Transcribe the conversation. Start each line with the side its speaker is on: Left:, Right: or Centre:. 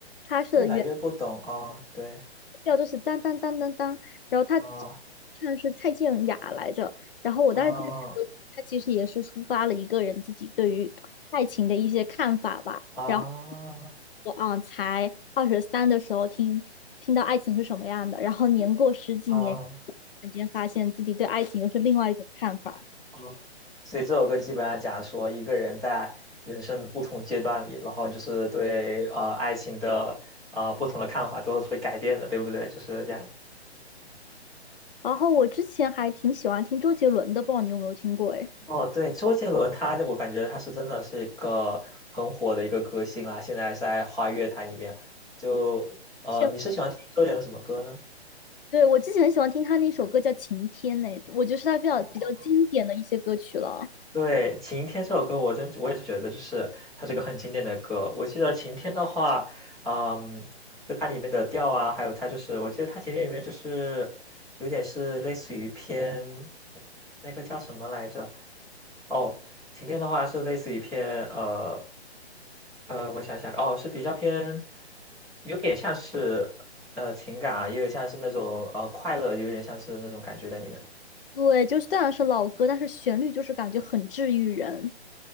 Left: 它是
Centre: 越来越不懂哦，对，
Left: 调就是当当当当当，然后他
Centre: 哦
Left: 唱是蔡健雅来着，然后我当时听这首歌，
Centre: 哦
Left: 他其实也是抒发了一个人自己对于爱情的一些看法吧。
Centre: 啊
Left: 然后我啊，才二十三的时候听听到爱情是什么样的，然后年过十几年，
Centre: 啊
Left: 突然间发现自己对爱情又是另外一种看法。
Centre: 啊！所以这首歌基本上讲说一个人在人生的不同阶段里，然后就是对呃爱情的呃不同的看法都是会改变的，对不对？就是这样的
Left: 然后我之前还挺喜欢听周杰伦的，不知道你有没有听过？哎，
Centre: 哦，对，周杰伦他我感觉他是真的是一个很火的一个歌星啦。现在在华语乐坛里面。就呃，
Left: 千
Centre: 你是喜欢听周杰伦什么歌呢？
Left: 对，我之前很喜欢听他那首歌叫《晴天》呢，我觉得是他比较比较经典的一些歌曲了。
Centre: 哦。对，《晴天》这首歌，我真我也是觉得就是它是一个很经典的歌。我记得《晴天》的话，嗯，就它里面的调啊，还有它就是我记得它《晴天》里面就是有点是类似于偏那个叫什么来着？哦，《晴天》的话是类似于偏呃呃，我想想，哦，是比较偏，有点像是呃情感啊，也有像是那种呃快乐，有点像是那种感觉在里面的。
Left: 对，就是虽然是老歌，但是旋律就是感觉很治愈人。